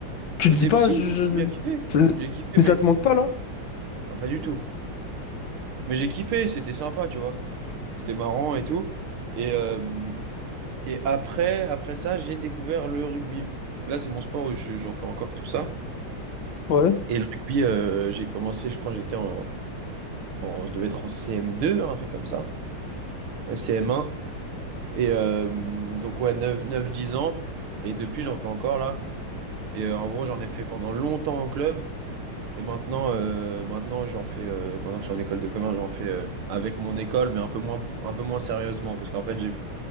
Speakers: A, on the left (about 65°); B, on the right (about 75°).
A: Tu
B: Au
A: te dis
B: début,
A: pas,
B: si,
A: je, je-
B: j'ai bien kiffé.
A: c'est-
B: J'ai kiffé,
A: mais
B: mais
A: ça te manque pas là?
B: ah, pas du tout. Mais j'ai kiffé, c'était sympa, tu vois. C'était marrant et tout. Et, euh, Et après, après ça, j'ai découvert le rugby. Là, c'est mon sport où je- j'en fais encore tout ça.
A: Ouais,
B: Et le rugby, euh, j'ai commencé, je crois, j'étais en, en- je devais être en CM2, un truc comme ça, un CM1. Et euh, donc, ouais, neuf, neuf, dix ans. Et depuis, j'en fais encore là. Et euh, en gros, j'en ai fait pendant longtemps en club. Et maintenant, euh, maintenant j'en fais, euh, maintenant que je suis en école de commerce, j'en fais euh, avec mon école, mais un peu moins, un peu moins sérieusement, parce qu'en fait, j'ai, fait-